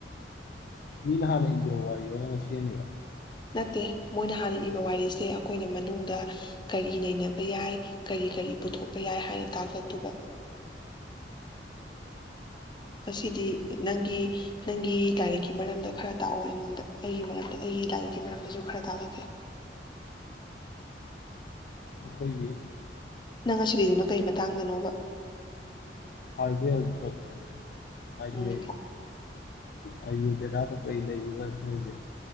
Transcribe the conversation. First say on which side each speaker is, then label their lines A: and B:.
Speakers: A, on the left (about 55°); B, on the left (about 25°).
A: ꯃꯤꯅ ꯍꯥꯟꯅ ꯏꯈ꯭ꯔꯕ ꯋꯥꯔꯤꯔꯣ ꯅꯪꯅ ꯁꯦꯝꯕꯤꯔꯣ
B: ꯅꯠꯇꯦ ꯃꯣꯏꯅ ꯍꯥꯟꯅ ꯏꯕ ꯋꯥꯔꯤꯁꯦ ꯑꯩꯈꯣꯏꯅ ꯃꯅꯨꯡꯗ ꯀꯔꯤ ꯅꯩꯅꯕ ꯌꯥꯏ ꯀꯔꯤ ꯀꯔꯤ ꯄꯨꯊꯣꯛꯄ ꯌꯥꯏ ꯍꯥꯏꯅ ꯇꯥꯛꯂꯗꯨꯕ ꯉꯁꯤꯗꯤ ꯅꯪꯒꯤ ꯅꯪꯒꯤ ꯂꯥꯏꯔꯤꯛꯀꯤ ꯃꯔꯝꯗ ꯈꯔ ꯇꯥꯛꯑꯣ ꯑꯩꯉꯣꯟꯗ ꯑꯩꯒꯤ ꯃꯔꯝꯗ ꯑꯩꯒꯤ ꯂꯥꯏꯔꯤꯛꯀꯤ ꯃꯔꯝꯗꯁꯨ ꯈꯔ ꯇꯥꯛꯂꯛꯀꯦ
A: ꯑꯩꯈꯣꯏꯒꯤ
B: ꯅꯪ ꯑꯁꯤꯗꯨꯅ ꯀꯩ ꯃꯇꯥꯡꯗꯅꯣꯕ
A: ꯍꯔꯕꯤꯜ ꯗ꯭ꯔꯣꯛ ꯍꯥꯏꯥꯏꯗꯤ
B: ꯎꯝ
A: ꯑꯥꯏꯗꯤꯕꯦꯗꯔ ꯀꯩ ꯂꯩꯔꯤꯕ ꯁꯩꯁꯦ